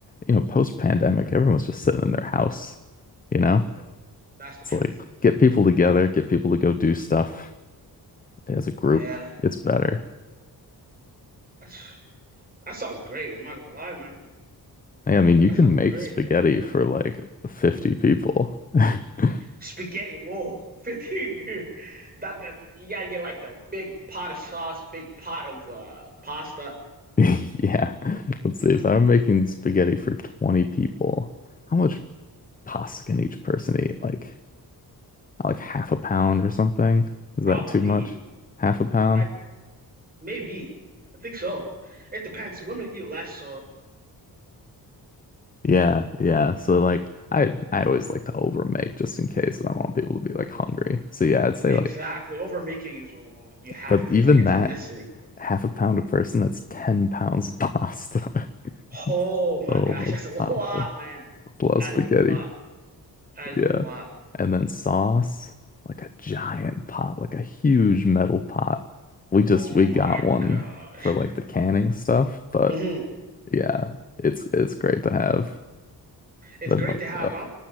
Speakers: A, on the left; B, on the right.
A: you know, post-pandemic, everyone's just sitting in their house, you know?
B: Mm. That's the
A: It's
B: truth.
A: like get people together, get people to go do stuff as a group.
B: Yeah,
A: It's better.
B: that's that sounds great. I'm not gonna lie, man.
A: Hey, I mean, you
B: That
A: can
B: sounds
A: make
B: great.
A: spaghetti for like 50 people. <laughs>
B: Spaghetti, whoa, <laughs> 50. That, that you gotta get like the big pot of sauce, big pot of uh pasta.
A: Yeah. Let's see. If I'm making spaghetti for 20 people, how much pasta can each person eat? Like, like half a pound or something? Is
B: Probably.
A: that too much? Half a pound?
B: I Maybe. I think so. It depends. Women eat less, so
A: Yeah, yeah. So like I I always like to overmake just in case and I want people to be like hungry. So yeah, I'd say
B: exactly.
A: like
B: Overmaking is what you have
A: but
B: to.
A: even
B: Like it's
A: that
B: a necessity.
A: half a pound a person, that's 10 pounds of pasta. <laughs>
B: Oh my
A: So
B: gosh,
A: much
B: <laughs> that's a lot,
A: pasta.
B: man.
A: It's a lot of
B: That
A: spaghetti.
B: is a lot. That is
A: Yeah.
B: a lot.
A: And then sauce, like a giant pot, like a huge metal pot. We just
B: Oh
A: we
B: my
A: got one
B: gosh.
A: for like the canning stuff, but
B: hmm
A: yeah, it's it's great to have.
B: It's
A: Then
B: great
A: like
B: to have,
A: ugh.
B: huh?